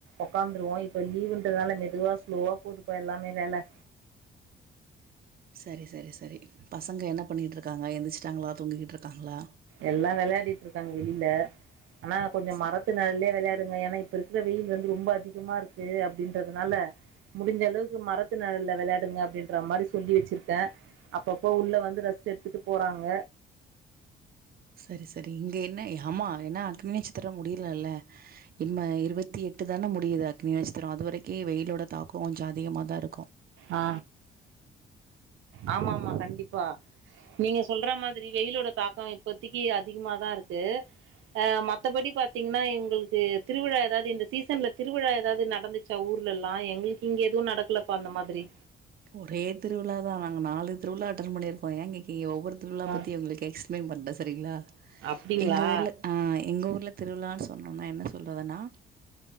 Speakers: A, on the right (about 80°); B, on the right (about 50°).
A: உக்காந்துருவோ இப்ப லீவுன்றதுனால மெதுவா ஸ்லோவா போதுப்பா எல்லாமே வேல
B: சரி சரி சரி பசங்க என்ன பண்ணிட்டு இருக்காங்க எந்திருச்சிட்டாங்களா தூங்கிக்கிட்டு இருக்காங்களா
A: எல்லாம் விளையாடிட்டு இருக்காங்க வெளில ஆனா கொஞ்சம்
B: ச-
A: மரத்துல <unintelligible> <unintelligible> ஏன்னா இப்ப இருக்கிற வெயில் வந்து ரொம்ப அதிகமா இருக்கு அப்டின்றதுனால முடிஞ்ச அளவுக்கு மரத்து நெழல்ல வெளையாடுங்க அப்டின்ற மாரி சொல்லி வச்சிருக்கே அப்பப்ப உள்ள வந்து ரெஸ்ட் எடுத்துட்டு போறாங்க
B: சரி சரி இங்க என்ன ஆமா ஏன்னா அக்னி நட்சத்திரோ முடியலல்ல இம்ம இருபத்தி எட்டுதான முடியுது அக்னி நட்சத்திரோ அதுவரைக்கி வெயிலோட தாக்கோ கொஞ்ச அதிகமாதா இருக்கு
A: ஆ ஆமா ஆமா கண்டிப்பா நீங்க சொல்ற மாதிரி வெயிலோட தாக்கம் இப்பதிக்கு அதிகமாதான் இருக்கு ஆஹ் மத்தபடி பாத்தீங்கன்னா எங்களுக்கு திருவிழா ஏதாவது இந்த சீசன்ல திருவிழா ஏதாவது நடந்துச்சா ஊர்ல எல்லாம் எங்களுக்கு இங்க எதுவும் நடக்கலப்பா அந்த மாதிரி
B: ஒரே திருவிழாதா நாங்க நாலு திருவிழா அட்டன் பண்ணிருக்கோ ஏன் கேக்கீகோ ஒரு திருவிழா
A: ஆ
B: பத்தி உங்களுக்கு எக்ஸ்பிளைன் பண்ற சரிங்களா
A: அப்டிங்களா
B: எங்க ஊர்ல ஆஹ் எங்கள் ஊர்ல திருவிழான்னு சொன்னவுட்னே என்ன சொல்றதுன்னா